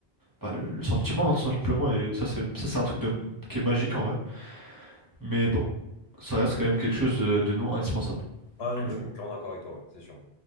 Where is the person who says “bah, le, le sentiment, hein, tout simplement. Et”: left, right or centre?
Right